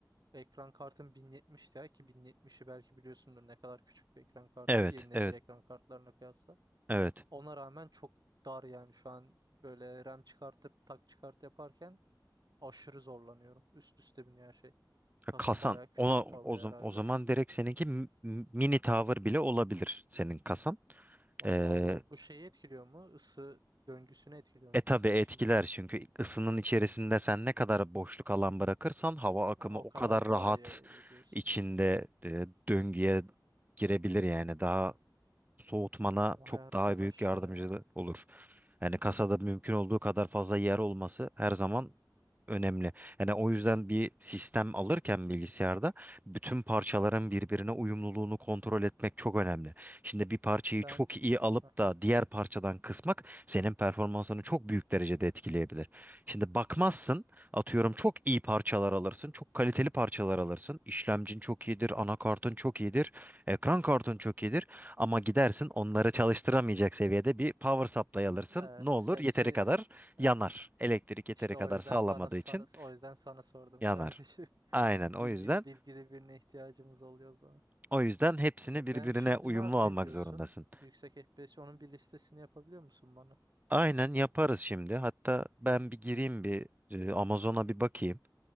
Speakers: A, on the right; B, on the right.
A: Ekran kartım 1070 Ti ki 1070'i belki biliyorsundur ne kadar küçük bir ekran kartı.
B: Evet,
A: Yeni nesil
B: evet,
A: ekran kartlarına kıyasla.
B: evet.
A: Ona rağmen çok dar yani şu an böyle RAM çıkartıp tak çıkart yaparken aşırı zorlanıyorum. Üst üste biniyor her şey. Kasa
B: Ya Kasan
A: bayağı küçük
B: ona
A: kalıyor
B: o, zam-
A: herhalde.
B: o zaman direkt seninki m- m- mini tower bile olabilir senin kasan.
A: Vallahi
B: Ee,
A: olabilir. Bu şeyi etkiliyor mu? Isı döngüsünü etkiliyor mu
B: e
A: kasanın
B: tabi etkiler
A: içinde?
B: çünkü ısının içerisinde sen ne kadar boşluk alan bırakırsan hava akımı
A: Ha,
B: o
A: o kadar
B: kadar rahat
A: daha iyi yayılıyor diyorsun.
B: içinde e, döngüye girebilir yani daha soğutmana
A: Vay
B: çok
A: arkadaş
B: daha büyük yardımcı
A: ya.
B: olur. Yani kasada mümkün olduğu kadar fazla yer olması her zaman önemli. Yani o yüzden bir sistem alırken bilgisayarda bütün parçaların birbirine uyumluluğunu kontrol etmek çok önemli. Şimdi bir parçayı
A: Ben
B: çok iyi alıp
A: aha.
B: da diğer parçadan kısmak senin performansını çok büyük derecede etkileyebilir. Şimdi bakmazsın, atıyorum çok iyi parçalar alırsın, çok kaliteli parçalar alırsın. İşlemcin çok iyidir, anakartın çok iyidir, ekran kartın çok iyidir. Ama gidersin onları çalıştıramayacak seviyede bir power supply alırsın.
A: Evet,
B: Ne olur?
A: hepsi
B: Yeteri kadar
A: evet.
B: yanar. Elektrik yeteri
A: İşte
B: kadar
A: o yüzden
B: sağlamadığı
A: sana sana
B: için
A: o yüzden sana sordum
B: yanar.
A: kardeşim.
B: Aynen
A: <laughs>
B: o
A: Bilgili
B: yüzden
A: bilgili birine ihtiyacımız oluyor o zaman.
B: o yüzden hepsini
A: E
B: birbirine
A: ben şimdi
B: uyumlu
A: ne yapayım
B: almak
A: diyorsun?
B: zorundasın.
A: Yüksek FPS onun bir listesini yapabiliyor musun bana?
B: Aynen yaparız şimdi. Hatta ben bir gireyim bir e, Amazon'a bir bakayım.